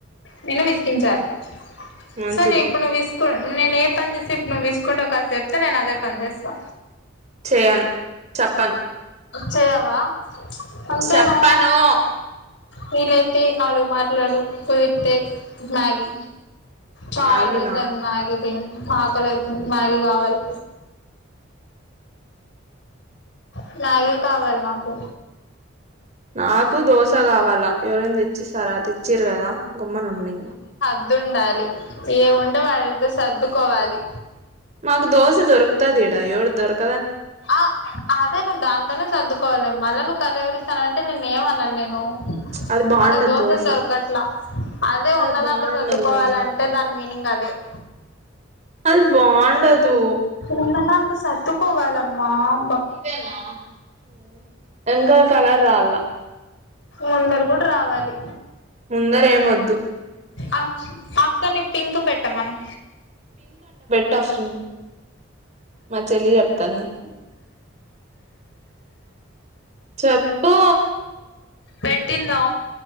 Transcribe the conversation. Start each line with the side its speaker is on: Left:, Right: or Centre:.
Left: నేను విసిగించాలి
Right: మంచిది
Left: సరే ఇప్పుడు నువు విస్ నేను ఏ పని చేస్తే ఇప్పుడు నువ్వు విసుకుంటవు క్క చెప్తే నేను అదే పని చేస్తా
Right: చేయను చెప్పను
Left: చెయావా అంతే
Right: చెప్పను
Left: నా వీలైతే నాలుగు మాటలు కుదిరితె మ్యాగీ చాల్‌రోజులు
Right: మ్యాగీనా
Left: అయింది మ్యాగీ తిని ఆకలి అయితుంది మ్యాగీ కావాలి అలాగే కావాలి నాకు
Right: నాకు దోశ కావాలా ఎవరైనా తెచ్చిస్తారా తెచ్చియరు కదా. గుమ్మన ఉండు ఇంగ
Left: ర్దుండాలి ఏముంటే వాటితో సర్దుకోవాలి
Right: మాకు దోస దొరకతాది ఇడా ఎవరు దొరక
Left: ఆ అదే నువ్వు దాంతోనే సర్దుకోవాలి. మళ్ళా నువ్వు కలవరి ఇస్తన అంటే మేం ఏమనాలి నిన్ను
Right: అది బాగుండదు
Left: అక్క దోశలు
Right: దోశ
Left: దొరకట్లా అదే
Right: అది
Left: ఉన్నదాంట్లో
Right: బాగుండదు
Left: సర్దుకోవాలంటే దాని మీనింగ్ అదే <inaudible>
Right: అది బాగుండదు
Left: ఉన్నదా అనిపిస్తే అక్క కోవాలమ్మా
Right: ఇదేనా మ్మ్ ఏం కాదు కలర్ రాల్ల
Left: ఓనర్ కూడా రావాలి
Right: ముందరేం వద్దు
Left: ఆ అక్కని పింక్ పెట్టమను
Right: ట వస్తున్ మా చెల్లి జెప్తాంది చెప్పు
Left: పెట్టిందా.